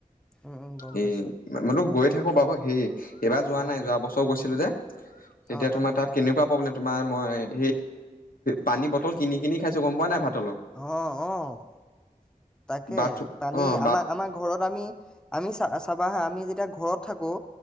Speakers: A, in the centre; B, on the left (about 80°).
A: উম, উম, গম
B: এই
A: পাইছোঁ
B: মই তো গৈ থাকো বাৰু সেই এইবাৰ যোৱা
A: অ',
B: নাই,
A: অ',
B: যোৱা বছৰ গৈছিলো যে, তেতিয়া
A: অ',
B: তোমাৰ
A: অ',
B: তাত কেনেকুৱা <unintelligible> মই। পানী বটল কিনি কিনি খাইছো গম পোৱা নাই ভাত।
A: অ', অ'। তাকে
B: বাট
A: পানী
B: অ
A: আমাৰ-আমাৰ
B: বাট
A: ঘৰ ঘৰত আমি-আমি চ-চাবা হা, আমি যেতিয়া ঘৰত থাকো